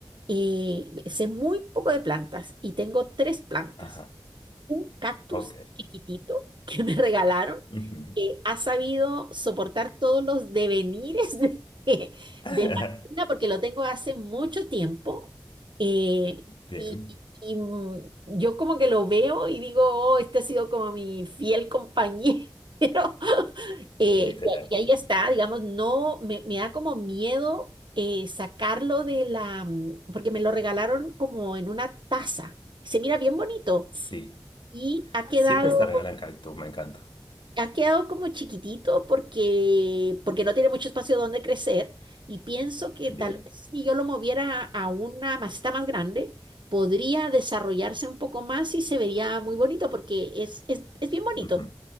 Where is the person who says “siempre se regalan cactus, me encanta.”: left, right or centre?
Left